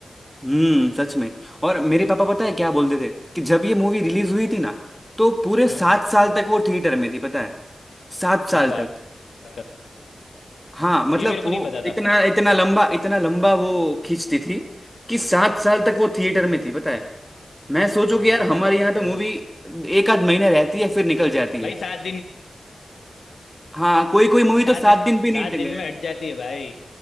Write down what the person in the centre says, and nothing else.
हम्म सच में और मेरे पापा पता है क्या बोलते थे कि जब ये मूवी रिलीज हुई थी ना तो पूरे
सात साल तक वो थिएटर में थी पता है सात साल
तक
हाँ मतलब
वो
इतना इतना लंबा इतना लंबा वो खींचती थी कि सात साल तक वो थिएटर में थी पता है मैं सोचू
कि यार
हमारे यहाँ पे
मूवी एक आध महीना रहती है फिर निकल जाती
है
हाँ कोई कोई मूवी तो
सात
दिन भी नहीं
टिके